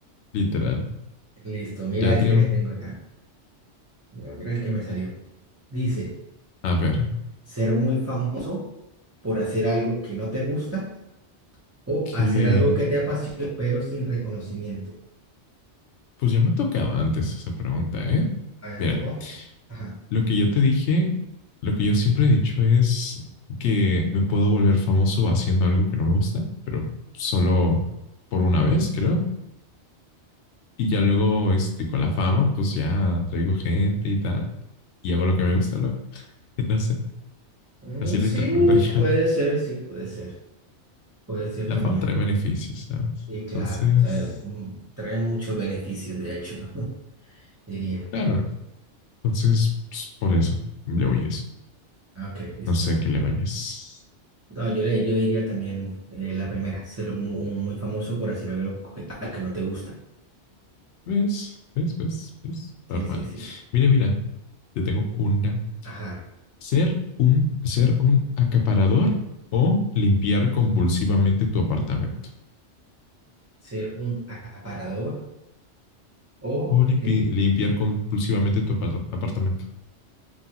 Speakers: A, on the left; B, on the right.
A: literal.
B: Listo, mira
A: Ya
B: este
A: tiré una.
B: que tengo acá. Mira, mira el que me salió. Dice,
A: A ver.
B: ser muy famoso por hacer algo que no te gusta o
A: Ok.
B: hacer algo que te apasiona pero sin reconocimiento.
A: Pues ya me tocaba antes esa pregunta, ¿eh?
B: A ver,
A: Mira,
B: ¿tocó? Ajá.
A: lo que yo te dije, lo que yo siempre he dicho es que me puedo volver famoso haciendo algo que no me gusta, pero solo por una vez, creo. Y ya luego, este, con la fama, pues ya traigo gente y tal, y hago lo que me gusta luego. <laughs> No sé,
B: Mm,
A: así
B: sí,
A: lo interpreto <laughs> yo.
B: puede ser, sí, puede ser. Puede ser
A: La
B: también.
A: fama trae beneficios, ¿sabes?
B: Y claro,
A: Entonces,
B: o sea, mm, trae muchos beneficios, de hecho, <laughs> diría.
A: claro, entonces, pues, por eso le voy a eso.
B: Ok, listo.
A: No sé a qué le vayas.
B: No, yo, le, yo diría también eh, la primera, ser mu- un muy, famoso por hacer algo que, algo que no te gusta.
A: ¿Ves? ¿Ves? ¿Ves? ¿Ves?
B: Sí,
A: Normal.
B: sí, sí.
A: Mira, mira, yo tengo una.
B: Ajá.
A: Ser un, ser un acaparador o limpiar compulsivamente tu apartamento.
B: Ser un aparador o...
A: O limpi-
B: lim-
A: limpiar compulsivamente tu apar- apartamento.